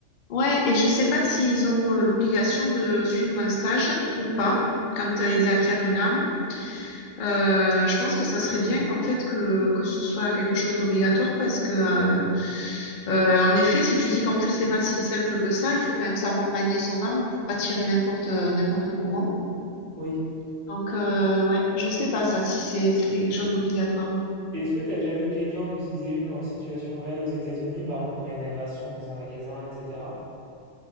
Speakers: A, on the left; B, on the right.
A: Ouais, et je sais pas s'ils ont euh, l'obligation de suivre un stage ou pas quand euh, ils acquièrent une arme. Euh, je pense que ça serait bien en fait que, que ce soit quelque chose d'obligatoire parce que euh, euh, en effet, si tu dis qu'en plus c'est pas si simple que ça, il faut quand même savoir manier son arme pour pas tirer n'importe euh, n'importe comment.
B: Oui.
A: Donc, euh, ouais, je sais pas ça si c'est c'était quelque chose d'obligatoire.
B: Et Est-ce que t'as déjà vu quelqu'un en utiliser une en situation réelle aux États-Unis, par exemple quand il y a une agression dans un magasin, etc.?